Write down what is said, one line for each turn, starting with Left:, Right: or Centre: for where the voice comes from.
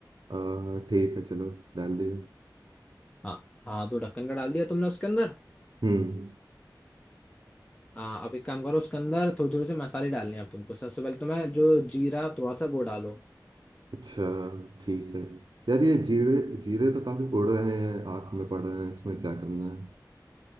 Right: अ, ठीक है चलो डाल दिए
Left: हाँ हाँ दो ढक्कन का डाल दिया तुमने उसके अंदर
Right: हम्म
Left: हाँ अब एक काम करो उसके अंदर थोड़े थोड़े से मसाले डालने हैं अब तुमको सबसे पहले तुम्हें जो जीरा थोड़ा सा वो डालो
Right: अच्छा ठीक है यार ये जीरे जीरे तो काफी उड़ रहे हैं आंख में पड़ रहे हैं इसमें क्या करना है